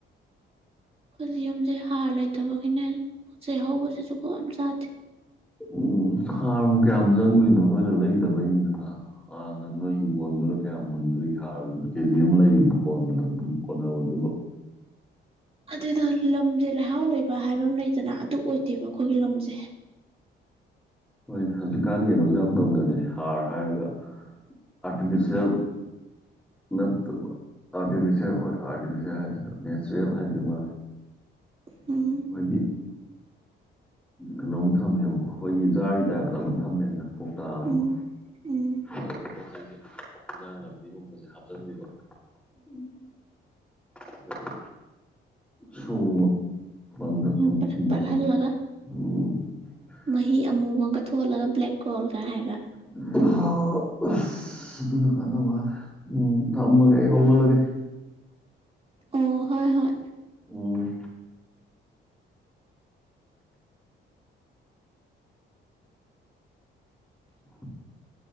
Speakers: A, on the right (about 30°); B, in the centre.
A: ꯑꯩꯈꯣꯏꯁꯤ ꯌꯨꯝꯁꯦ ꯍꯥꯔ ꯂꯩꯇꯕꯒꯤꯅꯦ ꯄꯣꯠ ꯆꯩ ꯍꯧꯕꯁꯤ ꯖꯨꯒ‌ꯣꯠ ꯑꯝ ꯆꯥꯗꯦ
B: ꯎꯝ ꯍꯥꯔꯕꯨ ꯀꯌꯥꯝ ꯆꯪꯗꯣꯏꯅꯣ ꯅꯣꯏꯅ ꯂꯩꯗꯕꯩꯅꯤꯗꯅ ꯑꯥꯗ ꯅꯣꯏ ꯍꯤꯡꯒꯣꯟꯗꯨꯗ ꯀꯌꯥꯝ ꯍꯨꯟꯗꯨꯏꯒ‌ꯦ ꯍꯥꯔ ꯀꯦꯖꯤ ꯑꯃ ꯂꯩꯒꯤꯝꯗꯥ ꯀꯣꯟꯅ <unintelligible> ꯀꯣꯟꯅ <unintelligible>
A: ꯑꯗꯨꯗ ꯂꯝꯁꯦ ꯂꯩꯍꯥꯎ ꯂꯩꯕ ꯍꯥꯏꯕ ꯑꯃ ꯂꯩꯗꯅ ꯑꯗꯨ ꯑꯣꯏꯗꯦꯕ ꯑꯩꯈꯣꯏꯒꯤ ꯂꯝꯁ
B: ꯍꯣꯏꯅꯦ ꯍꯧꯖꯤꯛꯀꯥꯟꯗꯤ ꯀꯩꯅꯣꯁꯨ ꯌꯥꯝ ꯇꯧꯅꯔꯦ ꯍꯥꯔ ꯍꯥꯏꯔꯒ ꯑꯥꯔꯇꯤꯐꯤꯁꯦꯜ ꯅꯠꯇꯕ ꯑꯥꯔꯇꯤꯐꯤꯁꯦꯜ ꯍ‌ꯣꯏ ꯑꯥꯔꯤꯐꯦꯜ ꯍꯥꯏꯗꯨꯏꯔ ꯅꯦꯆꯔꯦꯜ ꯍꯥꯏꯗꯨꯏ ꯃꯥꯜꯂ‌ꯦ
A: ꯎꯝ
B: <unintelligible> ꯀꯩꯅꯣꯝ ꯊꯝꯃꯦꯕꯀꯣ ꯑꯩꯈꯣꯏꯒꯤ ꯖꯥꯔꯒꯤ ꯇꯥꯏꯞꯇ ꯑꯃ ꯊꯝꯃꯦꯗꯅ ꯀꯧꯇꯥ ꯑꯃ
A: ꯎꯝ
B: ꯀ‌ꯣ ꯑꯗ ꯄꯣꯠ ꯆꯩꯁꯦ ꯏꯟꯖꯥꯡ ꯅꯥꯄꯤꯒꯨꯝꯕꯁꯦ ꯍꯥꯞꯆꯤꯟꯕꯤꯕ ꯎꯝ ꯑꯗꯨꯒ ꯁꯨꯡꯕ ꯄꯟꯗꯥ ꯄꯨꯟꯗ
A: ꯎꯝ ꯄꯠꯍꯜꯂꯒ
B: <unintelligible>
A: ꯃꯍꯤ ꯑꯃꯨꯕ ꯑꯝꯒ ꯊꯣꯛꯍꯜꯂꯒ ꯕ꯭ꯂꯦꯛ ꯒꯣꯜꯒ ꯍꯥꯏꯔ
B: <unintelligible> ꯑꯁ ꯑꯗꯨꯅ ꯃꯥꯜꯂ‌ꯦ ꯎꯝ ꯊꯝꯃꯒ‌ꯦ ꯑꯩ ꯍꯧꯒꯠꯂꯒꯦ
A: ꯑꯣ ꯍꯣꯏ ꯍꯣꯏ
B: ꯎꯝ <unintelligible>